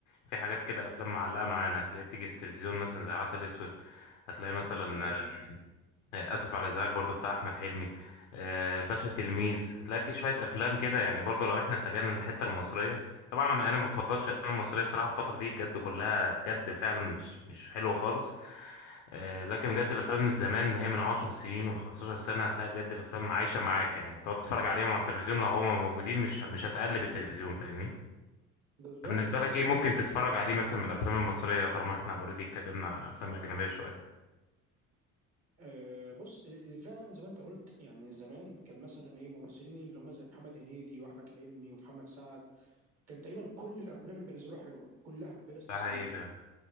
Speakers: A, on the left; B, on the right.
A: في حاجات كده افلام معلقه معانا هتلاقيها بتيجي في التلفزيون مثلا زي عسل اسود هتلاقي مثلا
B: اه
A: آه، اسف على الازعاج برضه بتاع احمد حلمي آه، الباشا تلميذ هتلاقي في شويه افلام كده يعني برضه لو احنا اتجهنا للحته المصريه طبعا انا أنا ما بفضلش الافلام المصريه صراحه الفتره دي بجد كلها بجد فعلا مش مش حلوه خالص آه، لكن بجد الافلام من زمان اللي هي من عشر سنين وخمستاشر سنه هتلاقي بجد الافلام عايشه معاك يعني تقعد تتفرج عليهم على التلفزيون لو هما موجودين مش مش هتقلب التلفزيون فاهمني
B: بالظبط
A: طب بالنسبه لك
B: بالظبط
A: ايه ممكن
B: يعني
A: تتفرج عليه مثلا من الافلام المصريه طالما احنا اوريدي اتكلمنا عن افلام اجنبيه شويه
B: آه، بص آه، فعلا زي ما انت قلت يعني زمان كان مثلا ايه ممثلين اللي هم زي محمد هنيدي واحمد حلمي ومحمد سعد كان تقريبا كل الافلام اللي بينزلوها حلوه كلها بلا استثناء
A: ده حقيقي فعلا